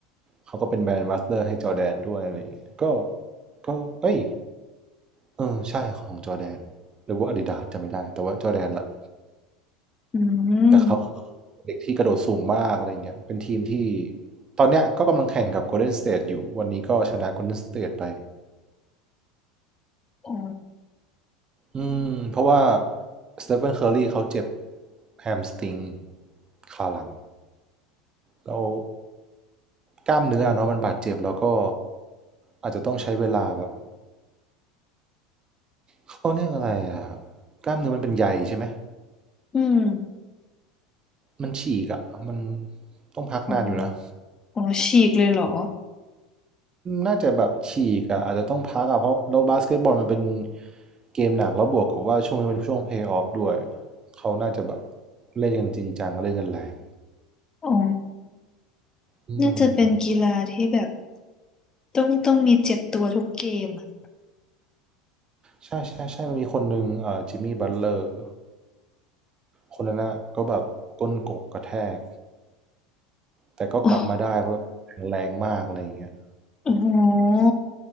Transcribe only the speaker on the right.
เขาก็เป็นแบรนด์แอมบัสเดอร์ให้จอร์แดนด้วยอะไรอย่างเงี้ยก็ก็เอ้ย เออใช่ของจอร์แดนหรือว่าอาดิดาสจำไม่ได้แต่ว่าจอร์แดนละ
แต่เขาเด็กที่กระโดดสูงมากอะไรเงี้ยเป็นทีมที่ตอนเนี้ยก็กำลังแข่งกับโกลเด้นสเต e อยู่วันนี้ก็ชนะโกลเด้นสเต e ไป
อืมเพราะว่าสเตฟ h นเคอร์รีเขาเจ็บแฮมสตริงขาหลังแล้วกล้ามเนื้อเนาะมันบาดเจ็บแล้วก็อาจจะต้องใช้เวลาแบบเขาเรียกอะไรอะกล้ามเนื้อมันเป็นใยใช่ไหม
มันฉีกอะมันต้องพักนานอยู่นะ
น่าจะแบบฉีกอะอาจจะต้องพักอะเพราะเราบาสเกตบอลมันเป็นเกมหนักแล้วบวกกับว่าช่วงนี้เป็นช่วงเพลย์ออฟด้วย เขาน่าจะแบบเล่นกันจริงจังเล่นกันแรง
อืม
ใช่ใช่ใช่ มันมีคนหนึ่งเอ่อจิมมี่บัตเลอร์คนนั้นนะก็แบบก้นกกกระแทก แต่ก็กลับมาได้เพราะแบบแข็งแรงมากอะไรอย่างเงี้ย